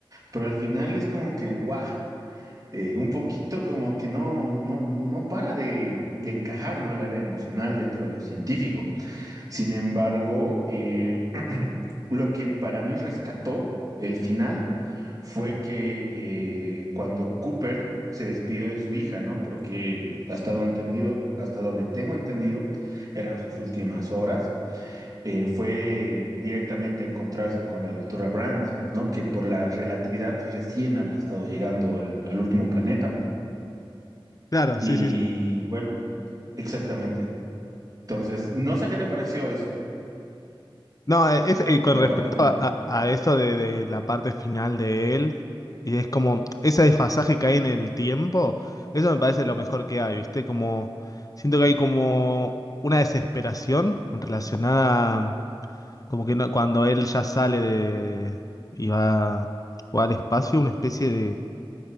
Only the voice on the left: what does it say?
Claro,
sí, sí, sí.
No, eh, es, eh, con
respecto
a, a, a esto de, de la parte final de él, y es como ese desfasaje que hay en el tiempo, eso me parece lo mejor que hay, viste, como siento que hay como una desesperación relacionada Como que no- cuando él ya sale de y va, va al espacio, una especie de